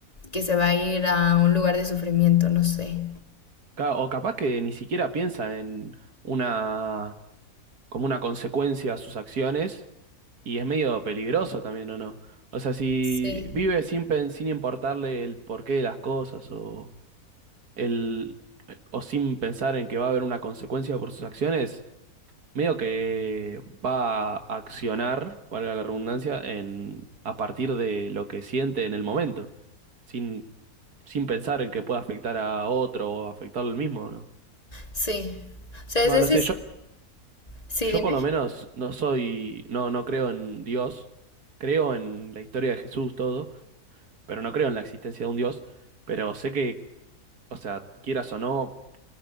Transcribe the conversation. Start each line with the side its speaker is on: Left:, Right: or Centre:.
Left: que se va a ir a un lugar de sufrimiento, no sé.
Right: Claro, o capaz que ni siquiera piensa en una como una consecuencia a sus acciones y es medio peligroso también, ¿o no? O sea, si
Left: Sí.
Right: vive sin, pen- sin importarle el porqué de las cosas o el o sin pensar en que va a haber una consecuencia por sus acciones, medio que va a accionar, valga la redundancia, en a partir de lo que siente en el momento, sin sin pensar en que pueda afectar a otro o afectarlo al mismo, ¿o ¿no?
Left: Sí. O sea, ese
Right: Bueno, no sé,
Left: es...
Right: yo,
Left: Sí,
Right: Yo
Left: dime.
Right: por lo menos no soy, no, no creo en Dios, creo en la historia de Jesús, todo, pero no creo en la existencia de un Dios, pero sé que, o sea, quieras o no,